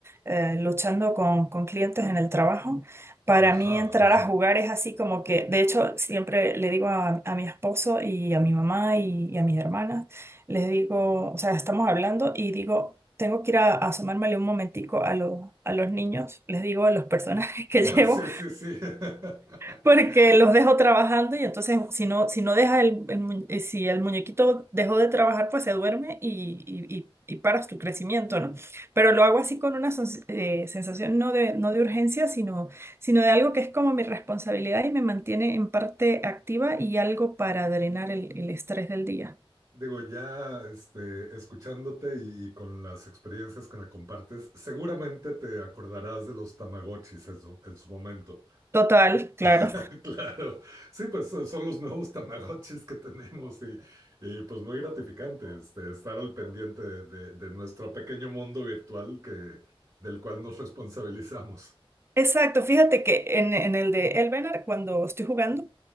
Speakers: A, on the right; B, on the right.
A: eh, luchando con, con clientes en el trabajo, para
B: Ajá.
A: mí entrar
B: <laughs>
A: a jugar es así como que, de hecho, siempre le digo a, a mi esposo y a mi mamá y, y a mis hermanas, les digo, o sea, estamos hablando y digo... Tengo que ir a, a asomármele un momentico a los, a los niños, les digo a los personajes <laughs> que llevo
B: Ah, Sí, sí, sí. <laughs>
A: porque los dejo trabajando y entonces si no, si no deja el, el mu- eh, si el muñequito dejó de trabajar, pues se duerme y, y, y- y paras tu crecimiento, ¿no? Pero lo hago así con una sons- eh, sensación no de, no de urgencia, sino, sino de algo que es como mi responsabilidad y me mantiene en parte activa y algo para drenar el, el estrés del día.
B: Digo, ya este, escuchándote y, y con las experiencias que me compartes, seguramente te acordarás de los Tamagotchis en su en su momento.
A: Total, claro.
B: <laughs> Claro, sí, pues so- son los nuevos Tamagotchis que tenemos y, y, pues muy gratificante este, estar al pendiente de, de- de nuestro pequeño mundo virtual que, del cual nos responsabilizamos.
A: Exacto, fíjate que en, en el de Elvenar, cuando estoy jugando,